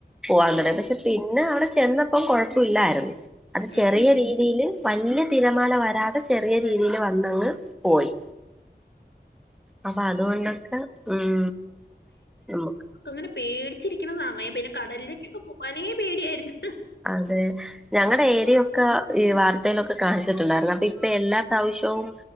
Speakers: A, in the centre; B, on the left.
A: ഓ അങ്ങനെ പക്ഷെ പിന്നെ അവിടെ ചെന്നപ്പം കുഴപ്പമില്ലായിരുന്നു അത്
B: ഉം
A: ചെറിയ
B: ഉം ഉം
A: രീതില് വലിയ തിരമാല വരാതെ. ചെറിയ
B: വരാ
A: രീതിൽ വന്നങ്ങ് പോയി അപ്പൊ അതുകൊണ്ടൊക്കെ ഉം നമ്മുക്ക്
B: ങ്ങനെ പേടിച്ചിരിക്കണ സമയ പിന്നെ കടലിലേക്കൊക്കെ പോകാനേ പേടിയായിരുന്നു.
A: അതെ, ഞങ്ങടെ
B: അല്ലേ
A: ഏരിയൊക്ക ഈ വാർത്തയിലൊക്കെ കാണിച്ചിട്ടുണ്ടായിരുന്ന. ഇപ്പൊ എല്ലാ പ്രാവശ്യവും